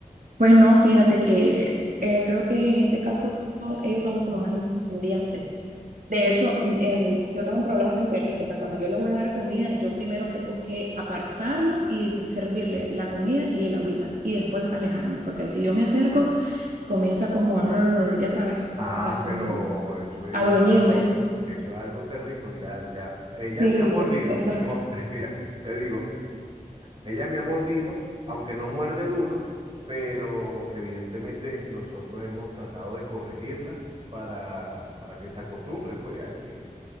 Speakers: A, on the right; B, on the right.
A: Pues no, fíjate que eh, creo que en este caso ellos son como más independientes. De hecho, m- en mi- yo tengo un problema con mi perrito. O sea, cuando yo le voy a dar comida, yo primero tengo que apartarlo y servirle la comida y el agüita y después alejarme, porque si yo me acerco, comienza como a, rrr, ya sabes,
B: Ah,
A: o sea, como
B: pero eso es
A: a gruñirme.
B: algo, eso es algo territorial ya. Ella
A: Sí,
B: me ha mordido.
A: exacto.
B: en o- <laughs> mira, te digo, ella me ha mordido, aunque no muerde duro, pero evidentemente nosotros hemos tratado de corregirla para, para que se acostumbre, pues, a que,